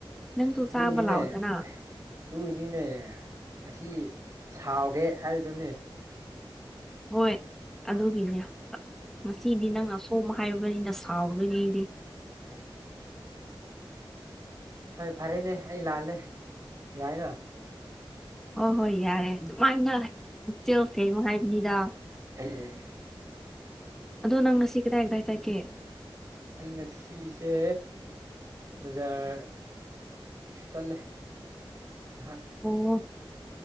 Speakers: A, in the centre; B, on the right (about 35°).
A: ꯅꯪꯁꯨ
B: ꯑꯗꯨꯅꯤꯅꯦ
A: ꯆꯥꯕ ꯂꯥꯛꯑꯣꯗꯅ
B: ꯑꯗꯨꯒꯤꯅꯤꯅꯦ ꯉꯁꯤ ꯁꯥꯎꯒꯦ ꯍꯥꯏꯗꯨꯅꯦ
A: ꯍꯣꯏ ꯑꯗꯨꯒꯤꯅꯦ ꯉꯁꯤꯗꯤ ꯅꯪ ꯑꯁꯣꯝ ꯍꯥꯏꯕꯅꯤꯅ ꯁꯥꯎꯗꯣꯏꯅꯦ ꯑꯩꯗꯤ
B: ꯑ <inaudible> ꯍꯣꯏ ꯐꯔꯦꯅꯦ ꯑꯩ ꯂꯥꯜꯂꯦ ꯌꯥꯏꯅ
A: ꯍꯣꯏ ꯍꯣꯏ ꯌꯥꯔꯦ ꯑꯗꯨꯃꯥꯏꯅ ꯏꯆꯦꯜꯁꯦꯡꯉꯣ ꯍꯥꯏꯕꯅꯤꯗ
B: ꯑꯩ
A: ꯑꯗꯣ ꯅꯪ ꯉꯁꯤ ꯀꯗꯥꯏ ꯀꯗꯥꯏ ꯆꯠꯀꯦ
B: ꯑꯩ ꯉꯁꯤꯁꯦ ꯕꯖꯥꯔ ꯆꯠꯂꯦ ꯉꯥꯢꯍꯥꯛ
A: ꯑꯣ